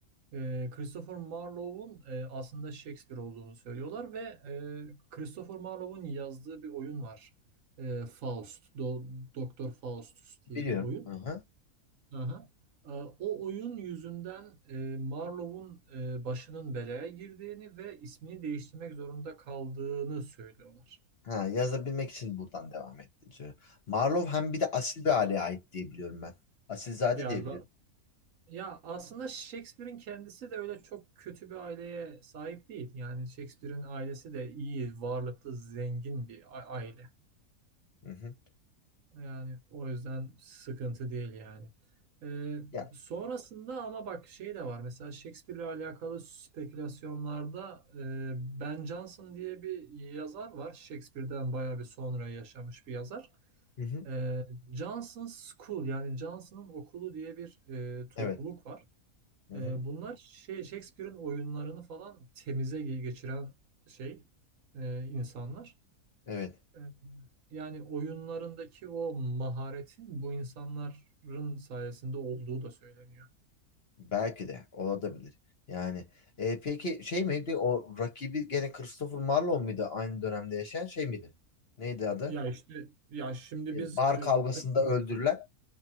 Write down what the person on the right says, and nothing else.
E, Christopher Marlowe'un e, aslında Shakespeare olduğunu söylüyorlar ve e, Christopher Marlowe'un yazdığı bir oyun var. E, Faust, Do- Doktor Faustus diye
bir oyun.
Aha. E, o oyun yüzünden e, Marlowe'un e, başının belaya girdiğini ve ismini değiştirmek zorunda kaldığını söylüyorlar.
Yani
Ya aslında Shakespeare'in kendisi de öyle çok kötü bir aileye sahip değil. Yani Shakespeare'in ailesi de iyi, varlıklı, zengin bir a- aile.
Yani o yüzden sıkıntı değil yani. Ee,
sonrasında ama bak şey de var. Mesela Shakespeare'le alakalı spekülasyonlarda e, Ben Jonson diye bir yazar var. Shakespeare'den bayağı bir sonra yaşamış bir yazar.
Ee, Johnson's School yani Johnson'ın okulu diye bir e, topluluk
var.
Ee,
bunlar şey Shakespeare'in oyunlarını falan temize ge- geçiren şey e, insanlar.
Ee, yani oyunlarındaki o maharetin bu insanların sayesinde olduğu da söyleniyor.
Ya işte ya şimdi
biz
kri-
tabii.